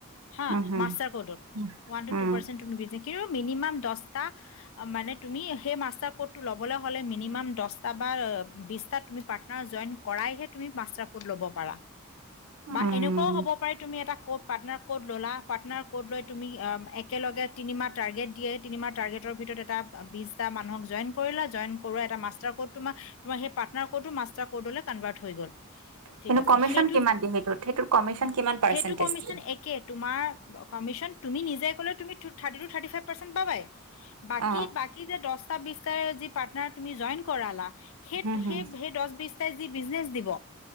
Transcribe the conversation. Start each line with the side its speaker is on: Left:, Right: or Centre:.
Left: হা
Right: উম হুম
Left: মাষ্টাৰ কৰ্ডত
Right: উম
Left: ওৱান টো
Right: উম
Left: তো তুমি বিজ কিয় মিনিমাম দছটা। মানে তুমি সেই মাষ্টাৰ কৰ্ডটো লবলে হ'লে মিনিমাম দছটা বা বিছটা পাৰ্টনাৰ ‌জইন কৰাইহে তুমি মাষ্টাৰ কৰ্ড ল'ব পাৰা। বা
Right: উম।
Left: এনেকুৱাও হ'ব পাৰে তুমি এটা কৰ্ড পাৰ্টনাৰ কৰ্ড ল'লা পাৰ্টনাৰ কৰ্ড লৈ তুমি অ একেলগ তিমাহ টাৰ্গেট দিয়ে তিনিমাহ টাৰ্গেট ভিতৰততে। বিছটা মানুহক জইন কৰিলা জইন এটা মাষ্টাৰ কৰ্ড তোমাৰ সেই পাৰ্টনাৰ কৰ্ডো মাষ্টাৰ কৰ্ডলে কনভাৰট হৈ গ'ল। ঠিক
Right: কিন্তু
Left: আছে
Right: কমিশ্যন
Left: সেইটো
Right: কিমান দিয়ে সেইটোত সেইটোত কমিশ্যন কিমান পাৰ্চেন্টেজ
Left: সেইটো কমিশন
Right: দিয়ে
Left: একে তোমাৰ কমিশন তুমি নিজে ক'লে তুমি থাৰ্ট থাৰ্টী ফাইভ পাৰ্চেন্ট পাবাই। বাকী
Right: অ
Left: বাকি যে দছ যি পাৰ্টনাৰ তুমি জইন কৰালা সেই
Right: হুম হুম
Left: সেই সেই দছ বিশ যি বিজনেচ দিব